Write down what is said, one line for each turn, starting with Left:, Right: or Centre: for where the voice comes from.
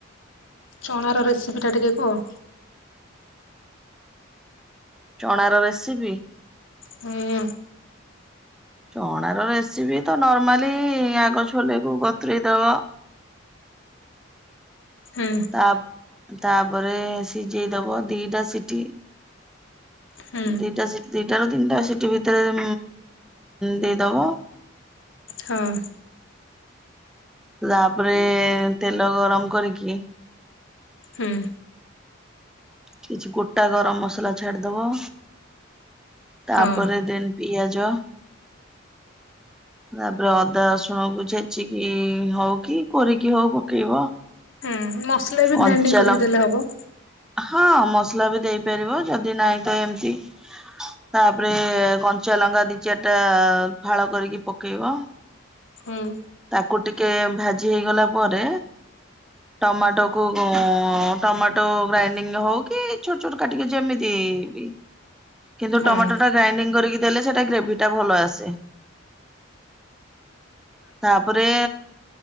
Left: ଚଣାର ରେସିପିଟା ଟିକେ କୁହ
Centre: ଚଣାର ରେସିପି
Left: ହୁଁ
Centre: ଚଣାର ରେସିପି ତ ନର୍ମାଲି ଆଗ ଛୋଲେକୁୁ ବତୁରେଇ ଦବ
Left: ହୁଁ
Centre: ତାପ୍ ତାପରେ ସିଯେଇଦବ ଦିଟା ସିଟି
Left: ହୁଁ
Centre: ଦିଟା ଦିଟା ରୁ ତିନିଟା ସିଟିି ଭିତରେ ଦେଇଦବ
Left: ହଁ
Centre: ତାପରେ ତେଲ ଗରମ କରିକି
Left: ହୁଁ
Centre: କିଛି ଗୋଟା ଗରମ ମସଲା ଛାଡିଦବ ତାପରେ
Left: ହଁ।
Centre: ଦେନ୍ ପିଆଜ ତାପରେ ଅଦା ରସୁଣକୁ ଛେଚିକି ହଉ କି କୋରିକି ହଉ ପକେଇବ।
Left: ହୁଁ ମସଲା ବି
Centre: କଞ୍ଚା
Left: ଗ୍ରାଇଣ୍ଡିଙ୍ଗ କରିକି
Centre: ଲଙ୍କା
Left: ଦେଲେ ହବ।
Centre: ହଁ ମସଲା ବି ଦେଇପାରିବ ଯଦି ନାହିଁ ତ ଏମିତି ତାପରେ କଞ୍ଚା ଲଙ୍କା ଦି, ଚାରି ଟା ଫାଳ କରିକି ପକେଇବ।
Left: ହଁ।
Centre: ତାକୁ ଟିକେ ଭାଜି ହେଇଗଲା ପରେ ଟମାଟୋ କୁ ଉଁ ଟମାଟୋ ଗ୍ରାଇଣ୍ଡିଙ୍ଗ ହଉ କି ଛୋଟ ଛୋଟ କାଟିକି ଯେମିତି ହଁ କିନ୍ତୁ
Left: ହଁ
Centre: ଟମାଟୋ ଟା ଗ୍ରାଇଣ୍ଡିଙ୍ଗ କରିକି ଦେଲେ ସେଇଟା ଗ୍ରେଭି ଟା ଭଲ ଆସେ। ତାପରେ